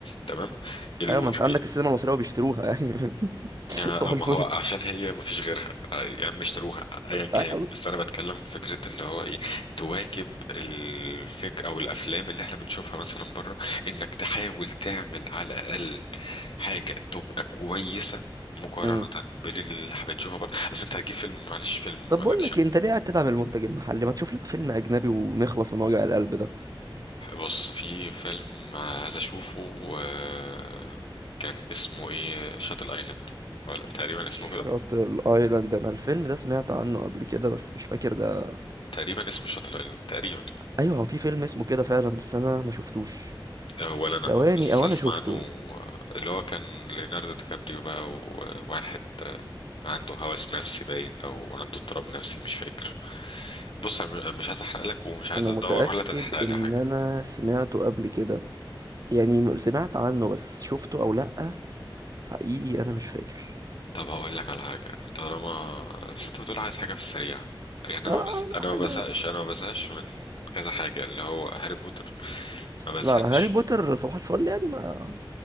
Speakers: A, on the left; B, on the right.
A: تمام الوحيد
B: ايوه ما انت عندك السينما المصريه وبيشتروها يعني <laughs>
A: يا-
B: صباح الفل
A: ما هو عشان هي ما فيش غيرها آه، يا عم اشتروها ايا كان
B: أيوة.
A: بس انا بتكلم في فكره اللي هو ايه تواكب الفك او الافلام اللي احنا بنشوفها مثلا بره انك تحاول تعمل على الاقل حاجه تبقى كويسه مقارنه
B: أمم.
A: باللي احنا بنشوفها بره اصل انت هتجيب فيلم معلش فيلم
B: طب
A: اكشن
B: بقول لك إيه، انت ليه قاعد تدعم المنتج المحلي ما تشوف لنا فيلم اجنبي ونخلص من وجع القلب ده
A: بص في فيلم عايز اشوفه آه، كان اسمه ايه شاتل ايلاند ولا تقريبا اسمه
B: شاطئ
A: كده
B: الايلاند انا الفيلم ده سمعت عنه قبل كده بس مش فاكر ده
A: تقريبا اسمه شاتل ايلاند تقريبا
B: ايوه هو في فيلم اسمه كده فعلا بس انا ما شفتوش
A: هو اللي
B: ثواني
A: انا لسه
B: او انا
A: اسمع
B: شفته
A: عنه اللي هو كان ليوناردو دي كابريو بقى وواحد عنده هوس نفسي باين او عنده اضطراب نفسي مش فاكر بص انا مش عايز احرق لك ومش عايز
B: انا
A: ادور
B: متاكد
A: ولا تتحرق لي
B: ان
A: حاجه
B: انا سمعته قبل كده يعني سمعت عنه بس شفته او لا حقيقي انا مش فاكر
A: طب هقول لك على حاجه طالما بس انت بتقول عايز حاجه في السريع يعني انا
B: اه
A: بس... انا
B: حاجه
A: ما بزهقش انا ما بزهقش من كذا حاجه اللي هو هاري بوتر ما بزهقش
B: لا لا هاري بوتر صباح الفل يعني ما